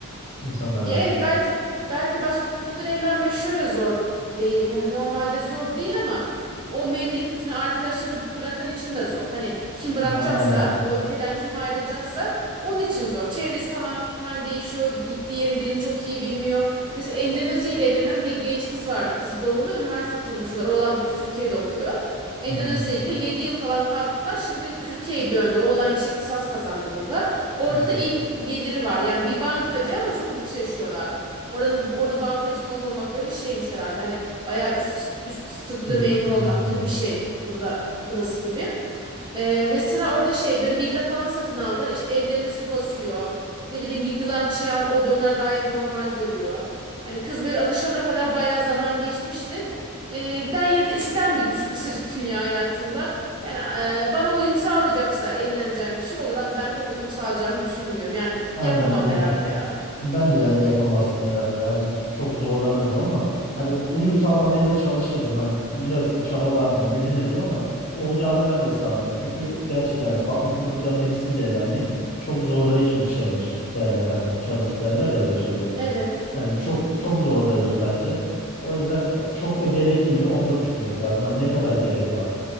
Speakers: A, on the left; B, on the right.
A: insanlar
B: ya
A: arasında.
B: evet belki belki başka kültürden evlenmek şöyle zor değil. Hani normalde zor değil ama o memleketini, arkadaşlarını bırakan için de zor. Hani kim bırakacaksa,
A: Ha, aynen.
B: o ülkeden kim ayrılacaksa Onun için zor. Çevresi tamamen değişiyor. Gittiği yerin dilini çok iyi bilmiyor. Mesela Endonezya ile evlenen bir genç kız vardı. Kız doğulu. Üniversite tanışıyorlar. Oğlan Türkiye'de okuyor. Endonezya'ya
A: Hmm,
B: gidiyor. 7 yıl falan kaldılar. Şimdi Türkiye'ye döndü. Oğlan yüksek lisans kazandı burada. Orada
A: hmm,
B: da iyi bir geliri var. Yani bir bankacı ama çok lüks yaşıyorlar. Oranın orada bankacı falan olmak böyle şeymiş herhalde. Hani bayağı üst üst statüde
A: hmm,
B: memur
A: hmm.
B: olmak gibi bir şey. Burada burası gibi. Ee, mesela orada şey böyle villa falan satın aldılar. İşte evlerine su basıyor. Ne bileyim yılan çıyan oluyor. Onlar gayet normal görüyor. Hani kız böyle alışana kadar bayağı zaman geçmişti. Ee, ben yine de ister miydim şu kısacık <laughs> dünya hayatında? Yani e, bana uyum sağlayacaksa evleneceğim kişi olur ama ben pek uyum sağlayacağımı düşünmüyorum. Yani yapamam
A: Aynen ben
B: herhalde
A: de
B: ya.
A: ben de ben de yapamazdım herhalde yani çok zorlanırdım ama hani uyum sağlamaya da çalışırdım hani biraz çabalardım didinirdim ama olacağını ben de sanmıyorum. Çünkü gerçekten hani farklı kültürden birisiyle eğlenmek çok zorlayıcı bir challenge derler hani challenge derler ya böyle şeylere.
B: Evet.
A: Hani çok çok zorlayıcı bence. O yüzden e, çok da gerekli mi onu da düşünmek lazım. Hani ne kadar gerek var?